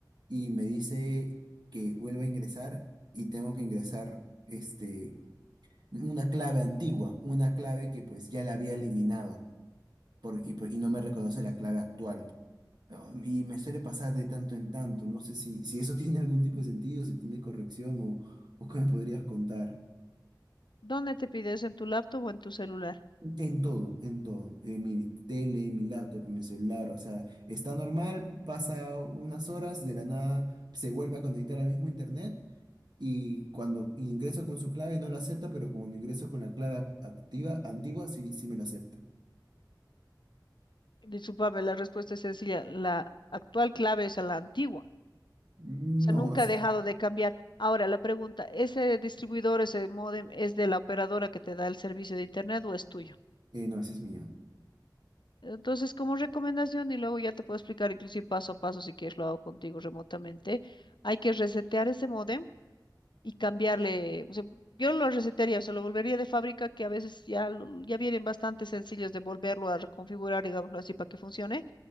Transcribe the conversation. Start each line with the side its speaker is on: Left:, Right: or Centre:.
Right: y me dice que vuelva a ingresar y tengo que ingresar este una clave antigua, una clave que pues ya la había eliminado por, y, por- y no me reconoce la clave actual. Um, Y me suele pasar de tanto en tanto. No sé si, si eso <laughs> tiene algún tipo de sentido, si tiene corrección o, o qué me podrías contar.
Left: ¿Dónde te pides? ¿En tu laptop o en tu celular?
Right: En todo, en todo. En mi tele, en mi laptop, en mi celular. O sea, está normal, pasa unas horas, de la nada se vuelve a conectar al mismo internet. Y cuando ingreso con su clave no la acepta, pero cuando ingreso con la clave act- activa, antigua, sí, sí me la acepta.
Left: Discúlpame, la respuesta es sencilla. La actual clave es a la antigua.
Right: No,
Left: O sea, nunca
Right: o sea,
Left: ha dejado de cambiar. Ahora, la pregunta, ¿ese distribuidor, ese módem, es de la operadora que te da el servicio de internet o es tuyo?
Right: eh, no, ese es mío.
Left: Entonces, como recomendación, y luego ya te puedo explicar inclusive paso a paso, si quieres lo hago contigo remotamente, hay que resetear ese módem y cambiarle, o sea, yo lo resetearía, o sea, lo volvería de fábrica, que a veces ya, lo- ya vienen bastante sencillos de volverlo a reconfigurar, digámoslo así, para que funcione